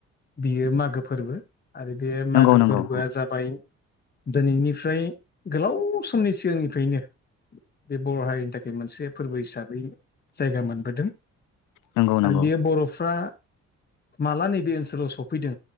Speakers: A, on the left (about 35°); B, on the left (about 80°).
A: बियो मागो फोरबो। आरो बे
B: नंगौ
A: मागो
B: नंगौ
A: फोरबोआ जाबाय दिनैनिफ्राय गोलाव समनि सिगांनिफ्रायनो बे बर' हारिनि थाखाय मोनसे। फोरबो हिसाबै जायगा मोनबोदों
B: ओं नंगौ नंगौ
A: आरो बियो बर'फ्रा माला नैबे ओनसोलाव सफैदों